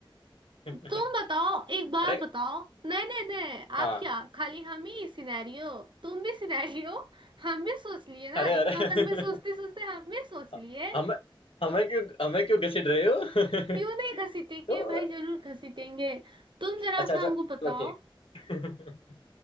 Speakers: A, on the left; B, on the right.
A: <laughs>
B: तुम बताओ एक बात
A: अरे
B: बताओ नहीं नहीं नहीं
A: हाँ
B: आप क्या खाली हम ही सिनेरियो तुम भी सिनेरियो हम भी सोच लिए ना
A: अरे
B: इतना
A: अरे
B: तक में सोचते सोचते हम भी सोच
A: <laughs>
B: लिए
A: हमें हमें क्यों हमें क्यों घसीट रहे हो
B: क्यों
A: <laughs>
B: नहीं घसीटेंगे
A: तो
B: भाई
A: <laughs>
B: जरूर घसीटेंगे तुम जरा
A: अच्छा
B: सा
A: अच्छा
B: हमको
A: चलो
B: बताओ
A: ठीक <laughs>